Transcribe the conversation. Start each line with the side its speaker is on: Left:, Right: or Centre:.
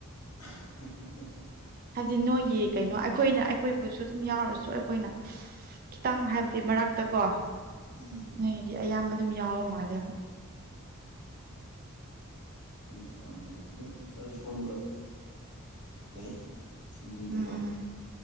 Left: <inaudible>
Right: ꯍꯥꯏꯕꯗꯤ ꯅꯣꯏꯒꯤ ꯀꯩꯅꯣ ꯑꯩꯈꯣꯏꯅ ꯑꯩ ꯑꯈꯣꯏꯕꯨꯁꯨ ꯑꯗꯨꯝ ꯌꯥꯎꯔꯁꯨ ꯑꯈꯣꯏꯅ ꯈꯤꯇꯪ ꯍꯥꯏꯕꯗꯤ ꯃꯔꯛꯇ ꯀꯣ
Left: ꯎꯝ
Right: ꯅꯣꯏꯗꯤ ꯑꯌꯥꯝꯕ ꯑꯗꯨꯝ ꯌꯥꯎꯕ ꯃꯥꯜꯂꯦꯕ
Left: <unintelligible> ꯈꯪꯗꯦ ꯀꯃꯥꯏ ꯇꯧꯏꯅꯣ ꯑꯗꯨꯝ ꯈꯔ ꯁꯣꯟꯕ ꯂꯩ ꯆꯤꯡꯃꯤꯗꯀꯣ
Right: ꯎꯝ